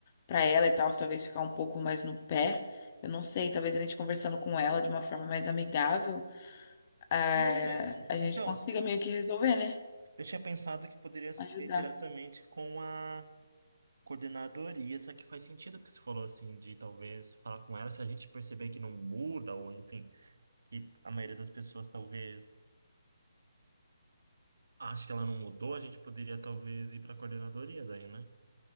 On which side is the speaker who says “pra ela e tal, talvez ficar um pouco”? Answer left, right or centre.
Left